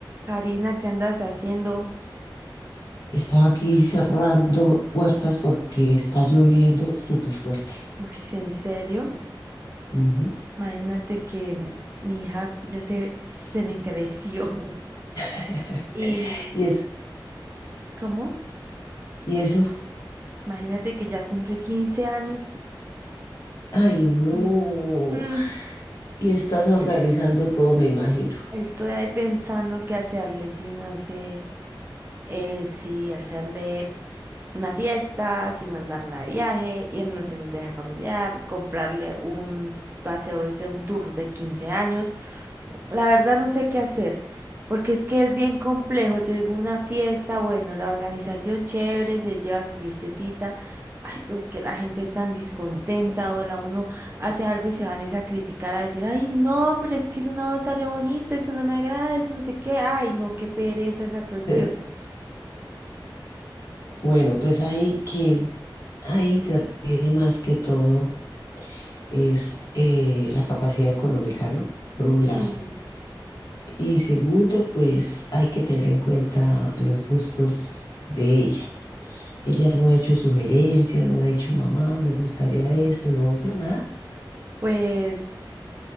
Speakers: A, on the right; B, on the left.
A: Karina, ¿qué andas haciendo?
B: Estaba aquí cerrando puertas porque está lloviendo súper fuerte.
A: Uy, sí, ¿en serio?
B: Ujú.
A: Imagínate que mi hija ya se, se me creció. <laughs>
B: <laughs>
A: ¿Y
B: Y es,
A: cómo?
B: y eso,
A: Imagínate que ya cumple 15 años.
B: ay, no.
A: y, mm,
B: Y estás organizando todo, me imagino.
A: estoy ahí pensando qué hacerle, si no sé eh, si hacerle una fiesta, sin mandarla de viaje, irnos en un viaje familiar, comprarle un paseo, ese un tour de 15 años. La verdad no sé qué hacer, porque es que es bien complejo. Yo digo una fiesta, bueno, la organización chévere, se lleva su fiestecita. Ay, pero es que la gente es tan descontenta, o la uno hace algo y se van es a criticar, a decir, ay, no, pero es que eso no salió bonito, eso no me agrada, eso no sé qué, ay, no, qué pereza esa cuestión.
B: <laughs> Bueno, pues ahí que ahí interviene más que todo es eh, la capacidad económica, ¿no? Por un
A: Sí.
B: lado. Y segundo, pues hay que tener en cuenta los gustos de ella. Ella no ha hecho sugerencias, no ha dicho, mamá, me gustaría esto, lo otro, nada.
A: Pues